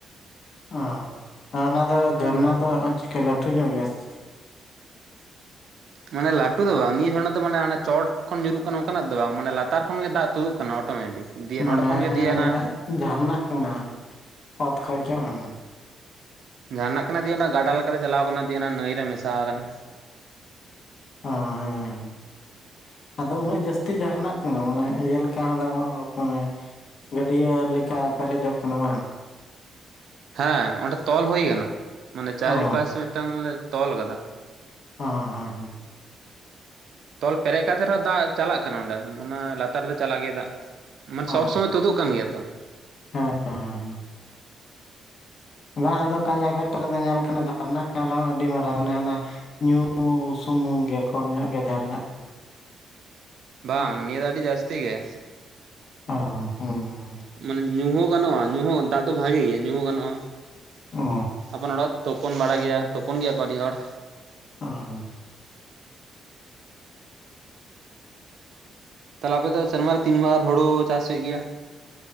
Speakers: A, on the left; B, on the right.
A: ᱚᱸᱻ ᱚᱱᱟ ᱫᱚ ᱡᱚᱨᱱᱟ ᱫᱚ ᱪᱤᱠᱟᱹ ᱞᱟᱹᱴᱩ ᱧᱚᱜ ᱜᱮᱭᱟ <unintelligible>
B: ᱢᱟᱱᱮ ᱞᱟᱹᱴᱩ ᱫᱚ ᱵᱟᱝ ᱱᱤᱭᱟᱹ ᱡᱷᱚᱬᱮ ᱫᱚ ᱢᱟᱱᱮ ᱪᱚᱴ ᱠᱷᱚᱱ ᱧᱩᱨᱩᱜ ᱠᱟᱱᱟ ᱚᱱᱠᱟᱱᱟᱜ ᱫᱚ ᱵᱟᱝ ᱢᱟᱱᱮ ᱞᱟᱛᱟᱨ ᱠᱷᱚᱱ ᱜᱮ ᱫᱟᱜ ᱛᱩᱫᱩᱜ ᱠᱟᱱᱟ ᱚᱴᱳᱢᱮᱴᱤᱠ ᱫᱤᱭᱮ
A: ᱢᱟᱱᱮ
B: ᱱᱚᱸᱰᱮ ᱠᱷᱚᱱ ᱜᱮ
A: ᱦᱮᱸ
B: ᱫᱤᱭᱮ
A: ᱢᱟᱱᱮ
B: ᱚᱱᱟ
A: ᱡᱷᱟᱨᱱᱟᱜ ᱠᱟᱱᱟ ᱚᱛ ᱠᱷᱚᱡ ᱜᱮ ᱩᱸ <inaudible>
B: ᱡᱷᱟᱨᱱᱟ ᱠᱟᱱᱟ ᱫᱤᱭᱮ ᱚᱱᱟ ᱜᱟᱰᱟ ᱞᱮᱠᱟᱨᱮ ᱪᱟᱞᱟᱣ ᱟᱠᱟᱱᱟ ᱫᱤᱭ ᱚᱱᱟ ᱱᱟᱹᱭ ᱨᱮ ᱢᱮᱥᱟ ᱟᱠᱟᱱᱟ
A: ᱚᱸ ᱦᱮᱸ ᱟᱫᱚ ᱩᱱᱟᱹᱜ ᱡᱟᱹᱥᱛᱤ ᱡᱷᱟᱨᱱᱟᱜ ᱠᱟᱱᱟ ᱢᱟᱱᱮ ᱤᱭᱟᱹ ᱞᱮᱠᱟ ᱦᱚᱸ ᱜᱟᱱᱚᱜ ᱢᱟᱱᱮ ᱜᱟᱹᱰᱭᱟᱹᱞᱮᱠᱟ ᱯᱮᱨᱮᱡᱚᱜ ᱠᱟᱱᱟ ᱵᱟᱝ
B: ᱦᱮᱸ ᱚᱸᱰᱮ ᱛᱚᱞ ᱦᱩᱭ ᱟᱠᱟᱱᱟ, ᱢᱟᱱᱮ ᱪᱟᱨᱤᱯᱟᱥ
A: ᱚ
B: ᱢᱤᱫᱴᱟᱝ ᱞᱮ ᱛᱚᱞ ᱟᱠᱟᱫᱟ
A: ᱚᱸ ᱦᱚ
B: ᱛᱚᱞ ᱯᱮᱨᱮᱜ ᱠᱟᱛᱮ ᱨᱮᱦᱚ ᱫᱟᱜ ᱪᱟᱞᱟᱜ ᱠᱟᱱᱟ ᱚᱸᱰᱮ ᱚᱱᱟ ᱞᱟᱛᱟᱨ ᱪᱟᱞᱟᱜ ᱜᱮᱭᱟ ᱫᱟᱜ ᱢᱟᱱᱮ
A: ᱚ
B: ᱥᱚᱵᱽ ᱥᱚᱢᱚᱭ ᱛᱩᱫᱩᱜ ᱠᱟᱱ ᱜᱮᱭᱟ ᱛᱚᱸ
A: ᱦᱮᱸ ᱦᱮᱸ ᱵᱟᱝ ᱟᱫᱚ ᱚᱠᱟ ᱡᱟᱭᱜᱟ ᱠᱚᱨᱮ ᱫᱚ ᱧᱮᱞ ᱠᱷᱟᱱᱮ ᱡᱷᱟᱨᱱᱟᱜ ᱠᱟᱱ ᱨᱮᱦᱚᱸ ᱟᱹᱰᱤ ᱢᱟᱨᱟᱝ ᱚᱱᱮ ᱦᱟᱱᱟ ᱧᱩᱻ ᱩ ᱥᱩᱢᱩᱝ ᱜᱮ ᱠᱚᱢ ᱧᱚᱜ ᱜᱮ ᱡᱷᱟᱨᱱᱟᱜ ᱠᱟᱱᱟ
B: ᱵᱟᱝ
A: ᱦᱩᱸ
B: ᱱᱤᱭᱟᱹ ᱫᱚ ᱟᱹᱰᱤ ᱡᱟᱹᱥᱛᱤ ᱜᱮ
A: <unintelligible>
B: ᱢᱟᱱᱮ ᱧᱩ ᱦᱚᱸ ᱜᱟᱱᱚᱜᱼᱟ ᱧᱩ ᱦᱚᱸ ᱫᱟᱜ ᱫᱚ ᱵᱷᱟᱜᱮ ᱜᱮᱭ ᱧᱩ ᱦᱚᱸ ᱜᱟᱱᱚᱜᱼᱟ᱾
A: ᱚ
B: ᱛᱟᱨᱯᱚᱨ ᱚᱰᱮ ᱛᱩᱯᱩᱱ ᱵᱟᱲᱟ ᱜᱮᱭᱟ ᱛᱩᱯᱩᱱ ᱜᱮᱭᱟ ᱠᱚ ᱟᱹᱰᱤ ᱦᱚᱲ
A: ᱚᱸ
B: ᱛᱟᱦᱚᱞᱮ ᱟᱯᱮ ᱫᱚ ᱥᱮᱨᱢᱟᱨ ᱛᱤᱱᱵᱟᱨ ᱦᱩᱲᱩ ᱪᱟᱥ ᱦᱩᱭᱩᱜ ᱜᱮᱭᱟ?